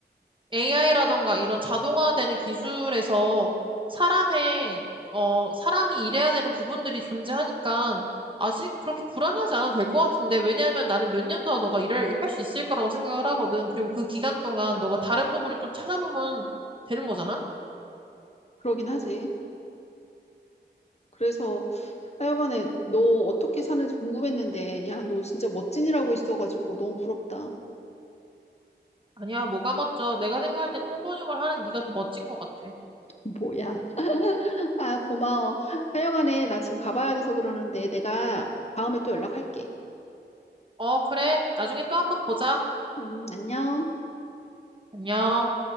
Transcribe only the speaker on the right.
AI라던가 이런 자동화되는 기술에서 사람의, 어, 사람이 일해야 되는 부분들이 존재하니까 아직 그렇게 불안해하지 않아도 될 것 같은데, 왜냐하면 나는 몇 년 더 너가 일을 할 수 있을 거라고 생각을 하거든. 그리고 그 기간 동안 너가 다른 부분을 좀 찾아보면 되는 거잖아?
아니야, 뭐가 멋져. 내가 생각할 땐 통번역을 하는 네가 더 멋진 것 같아.
어, 그래. 나중에 또 한번 보자.
안녕.